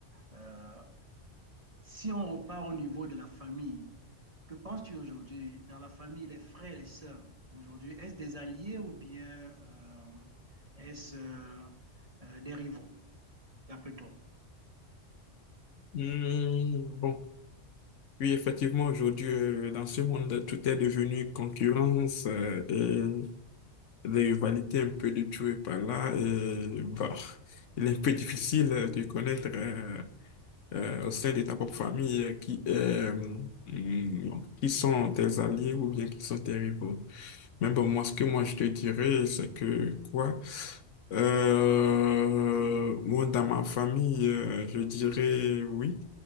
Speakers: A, on the right (about 30°); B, on the left (about 80°).
A: euh, si on repart au niveau de la famille, que penses-tu aujourd'hui dans la famille, les frères et les sœurs, aujourd'hui, est-ce des alliés ou bien euh, est-ce euh, euh, des rivaux, d'après toi?
B: Hmm, bon, oui, effectivement, aujourd'hui, euh, dans ce monde, tout est devenu concurrence euh, et des rivalités un peu de tout et par là. Et bah, il est un peu difficile euh, de connaître euh, euh, au sein de ta propre famille euh, qui est, euh, hmm, qui sont tes alliés ou bien qui sont tes rivaux. Mais bon, moi, ce que moi, je te dirais, c'est que quoi? Euh, moi, dans ma famille, euh, je dirais oui.